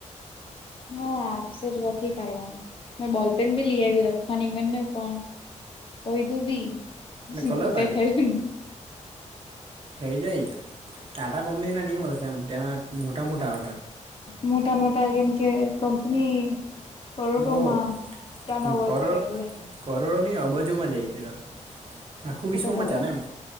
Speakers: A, on the left; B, on the right.
A: હા, આપશે. નથી કરવાનું. મે બોલપેન ભી લઈ આવી, લખવાની ગની ને પણ કોઈધું બી
B: એને કલર
A: તો
B: વાળી
A: કઈ થયું ને
B: થઇ જાય, ટાટા કંપની ના નિયમ હશે એમ, તેના મોટા મોટા
A: મોટા મોટા કેમ કે કંપની કરોડોમાં
B: બહુ
A: ટર્ન ઓવર
B: કરોડ
A: કરે એટલે
B: કરોડો નહીં, અબજોમાં જાય તે. આખું
A: તો
B: વિશ્વમાં
A: તો ખબર
B: ચાલે એમ.